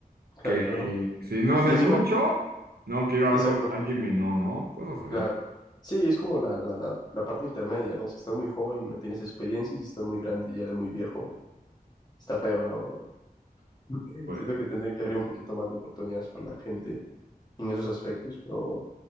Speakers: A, on the left; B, on the right.
A: claro.
B: que eh, si no sé
A: Y encima
B: mucho,
A: que,
B: no quiero
A: exacto,
B: algo,
A: que-
B: alguien menor, ¿no? Cosas
A: claro.
B: así.
A: Sí, es como la, la, la, la parte intermedia, ¿no? Si estás muy joven, no tienes experiencia, y si estás muy grande, ya eres muy viejo Está feo, ¿no? <laughs>
B: Pues,
A: Siento que tendría que abrir un poquito más de oportunidades para la gente en esos aspectos, pero